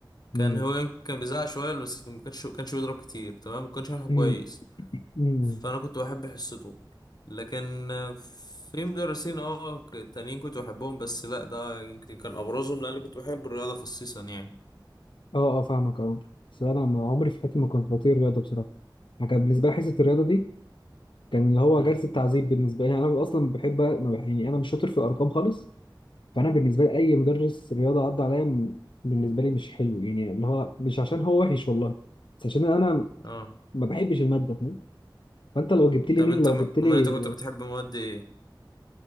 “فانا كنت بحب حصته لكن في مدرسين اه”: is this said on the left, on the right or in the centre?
Left